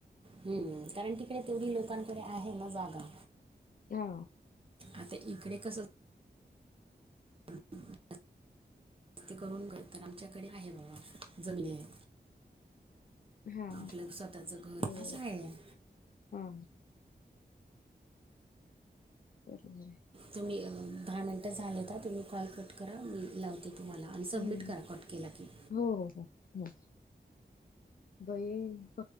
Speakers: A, on the right (about 30°); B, on the left (about 55°).
A: हम्म, कारण तिकडे तेवढी लोकांकडे आहे ना जागा.
B: हा.
A: आता इकडे कस. <unintelligible> जास्त करून, घे तर आमच्याकडे आहे बा, जमिनी आहे.
B: हा.
A: आपलं स्वतःचं घर
B: होय.
A: असं आहे
B: हा. बरोबर आहे.
A: तुम्ही, दहा मिनटं झालेत ह. तुम्ही कॉल कट करा. मी लावते तुम्हाला. आणि सबमिट
B: हम्म
A: करा, कट केला की.
B: हो, हो, हो, हो. बाय.